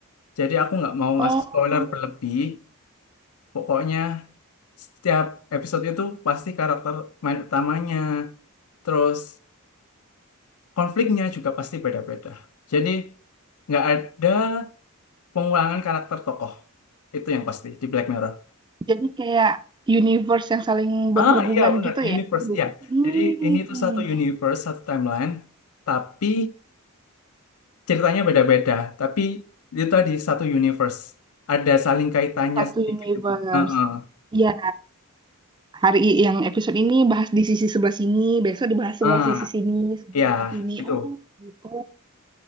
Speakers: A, on the left; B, on the right.
A: Jadi aku nggak mau
B: Oh,
A: ngasih spoiler berlebih. Pokoknya setiap episode itu pasti karakter main utamanya, terus konfliknya juga pasti beda-beda. Jadi nggak ada pengulangan karakter tokoh. Itu yang pasti di Black Mirror.
B: jadi kayak universe yang saling berhubungan
A: Ah iya benar
B: gitu
A: universe
B: ya. Bu-
A: ya.
B: Hmm.
A: Jadi ini tuh satu universe, satu timeline, tapi ceritanya beda-beda, tapi itu tadi satu universe. Ada saling kaitannya
B: Satu
A: sedikit.
B: universe.
A: Heeh.
B: ya hari i- yang episode ini bahas di sisi sebelah sini, besok dibahas sebelah
A: Ah,
B: sisi sini, sebelah
A: ya,
B: sisi sini.
A: gitu.
B: Oh, gitu.